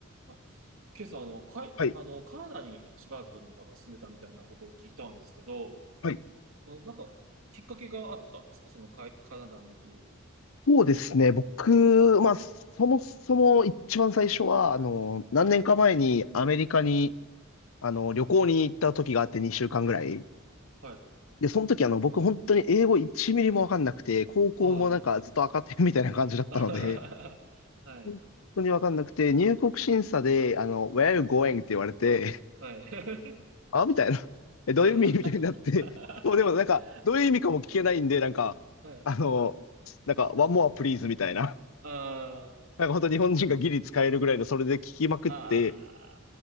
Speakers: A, on the right (about 75°); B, on the left (about 75°).
A: あ、ケイさん、あの、かい、
B: はい。
A: あの、カナダにしばらくなんか住んでたみたいなことを聞いたんですけど、
B: はい。
A: そのなんか、きっかけがあったんですかそのかい、カナダに行く。
B: そうですね。僕、まあ、そもそも一番最初は、あの、何年か前にアメリカに、
A: はい、
B: あの、旅行に行った時があって2週間ぐらい。
A: はい、
B: で、その時、あの、僕本当に英語1ミリもわかんなくて、高校もなんかずっと赤点みたいな感じだったので、
A: はい、<laughs> はい。
B: 本当にわかんなくて、入国審査で、あの、Where are you going? って言われて、
A: <laughs> はい、はい。
B: あみたいな。え、どういう意味みたいになって、
A: <laughs>
B: もうでもなんか、どういう意味かも聞けないんで、なんか、
A: はい。
B: あの、なんか、One more please みたいな。
A: あー、
B: なんか本当日本人がギリ使えるぐらいのそれで聞きまくって、
A: あ